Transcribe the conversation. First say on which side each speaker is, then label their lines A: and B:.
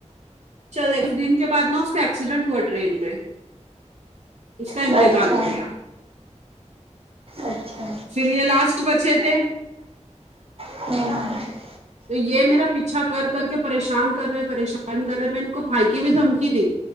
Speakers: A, on the right; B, on the right.
A: چل ایک دن کے بعد نا اس کا ایکسیڈنٹ ہوا ٹرین پے اس کا
B: اچھا
A: انتقال ہو گیا
B: اچھا
A: چلئے لاسٹ بچے تھے
B: ہوں
A: تو یہ میرا پیچھا کر کر کے پریشان کر رہے پریشان کر رہے میں ان کو بھائی کی بھی دھمکی دی